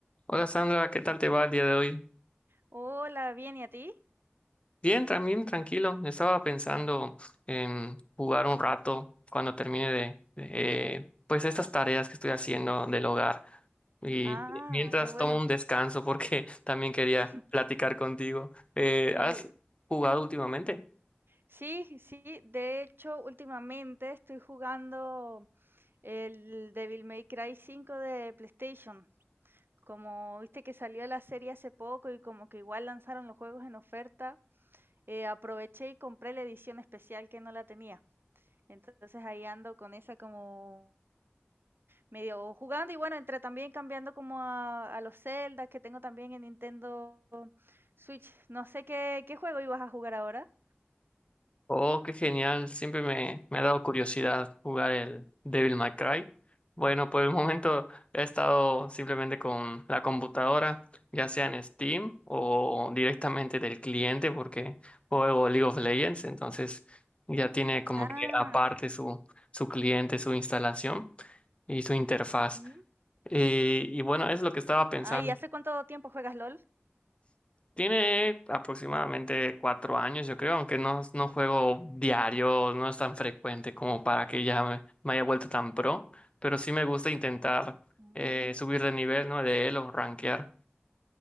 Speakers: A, on the left (about 30°); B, on the right (about 65°).
A: Hola Sandra, ¿qué tal te va el día de hoy?
B: Hola, bien, ¿y a ti?
A: Bien, también tranquilo. Estaba pensando en jugar un rato cuando termine de, de, eh, pues estas tareas que estoy haciendo del hogar y
B: Ah,
A: mientras
B: qué bueno.
A: tomo un descanso porque <laughs> también quería
B: <laughs>
A: platicar contigo. Eh,
B: Sí,
A: ¿has
B: u-
A: jugado últimamente?
B: sí, sí. De hecho, últimamente estoy jugando el Devil May Cry cinco de PlayStation. Como viste que salió la serie hace poco y como que igual lanzaron los juegos en oferta, eh, aproveché y compré la edición especial que no la tenía. Entonces ahí ando con esa como medio jugando y bueno, entre también cambiando como a, a los Zelda que tengo también en Nintendo Switch, no sé qué, qué juego ibas a jugar ahora.
A: Oh, qué genial. Siempre me, me ha dado curiosidad jugar el Devil May Cry. Bueno, por el momento he estado simplemente con la computadora, ya sea en Steam o directamente del cliente, porque juego League of Legends, entonces ya tiene como
B: Ah,
A: que aparte su, su cliente, su instalación y su interfaz.
B: ujú.
A: Eh, y bueno, es lo que estaba pensando.
B: ah, ¿y hace cuánto tiempo juegas LOL?
A: Tiene aproximadamente cuatro años, yo creo, aunque no, no juego diario, no es tan frecuente como para que ya me, me haya vuelto tan pro, pero sí me gusta intentar
B: Mm,
A: eh, subir de nivel, ¿no? De él o rankear.